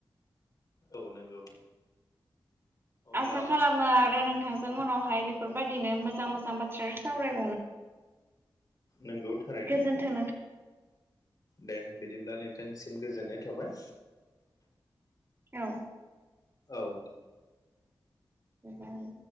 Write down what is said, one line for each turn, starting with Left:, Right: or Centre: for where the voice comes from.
Left: औ नंगौ अब्ला
Right: आसा खालामो आरो नोंथांजों उनावहाय बेफोरबायदिनो मोजां मोजां बाथ्रा सावराय
Left: नंगौ थारैनो
Right: गोजोन्थों
Left: दे बिदिब्ला नोंथांसिम गोजोननाय थाबाय
Right: औ
Left: औ दे
Right: बेफ्राय